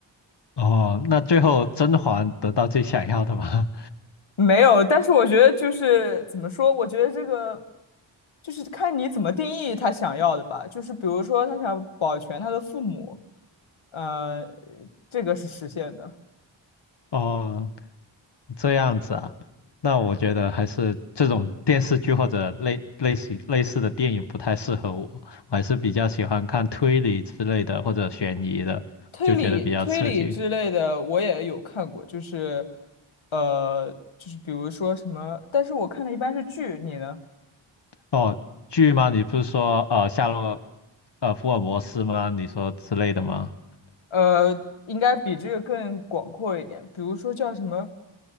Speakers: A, on the left (about 60°); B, on the left (about 85°).
A: 哦，那最后甄嬛得到最想要的吗？
B: 没有，但是我觉得就是怎么说，我觉得这个就是看你怎么定义他想要的吧，就是比如说他想保全他的父母，呃，这个是实现的。
A: <laughs> 哦，这样子啊，那我觉得还是这种电视剧或者类类型类似的电影不太适合我，我还是比较喜欢看推理之类的或者悬疑的，
B: 推理推理之类的，
A: 就觉得比较刺激。
B: 我也有看过，就是，呃，就是比如说什么，但是我看的一般是剧，你呢？
A: 哦，剧吗？你不是说呃夏洛呃福尔摩斯吗？你说之类的吗？
B: 呃，应该比这个更广阔一点，比如说叫什么，